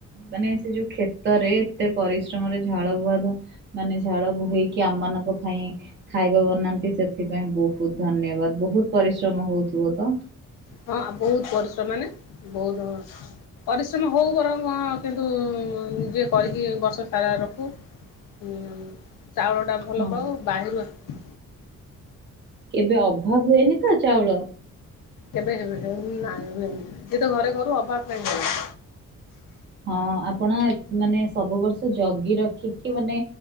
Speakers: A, on the right; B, on the left.
A: ମାନେ ସେ ଯୋଉ କ୍ଷେତରେ ଏତେ ପରିଶ୍ରମରେ ଝାଳ ବୁଆ ଧ ମାନେ ଝାଳ ବୋହେଇକି ଆମମାନଙ୍କ ଫାଇଁ ଖାଇବା ବନାନ୍ତି ସେଥିପାଇଁ ବହୁତ୍ ଧନ୍ୟବାଦ ବହୁତ୍ ପରିଶ୍ରମ ହଉଥିବ ତ?
B: ହଁ ବହୁତ୍ ପରିଶ୍ରମ ମାନେ ବହୁତ୍ ହଁ ପରିଶ୍ରମ ହଉ ବରଂ କିନ୍ତୁ ନିଜେ କରିକି ବର୍ଷ ସାରା ରଖୁ। ହୁଁ ଚାଉଳ ଟା ଭଲ
A: ହଁ।
B: ପାଉ ବାରିରୁ ଆ
A: କେବେ ଅଭାବ୍ ହୁଏନି ତ ଚାଉଳ?
B: କେବେ ହେ ନାଇଁ ହୁଏନି ସିଏତ ଘରେ କରୁ ଅଭାବ କାଇଁ ହେବ।
A: ହଁ ଆପଣ ମାନେ ସବୁ ବର୍ଷ ଜଗି ରଖିକି ମାନେ